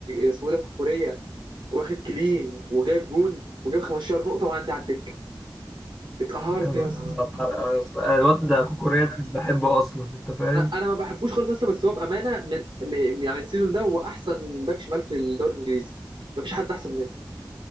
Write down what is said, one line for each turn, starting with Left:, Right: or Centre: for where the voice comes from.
Right: اسمه إيه ده كوكوريا واخد كلين وجايب جون وجايب 15 نقطه وعندي على الدكه اتقهرت
Centre: يا نهار
Right: يا اسطى
Centre: أبيض يا اسطى آه، الواد ده كوكوريا ده مش بحبه اصلا انت فاهم
Right: انا انا ما بحبوش خالص يا اسطى بس هو بامانه من م- يعني السيزون ده هو احسن باك شمال في الدوري الانجليزي مفيش حد احسن منه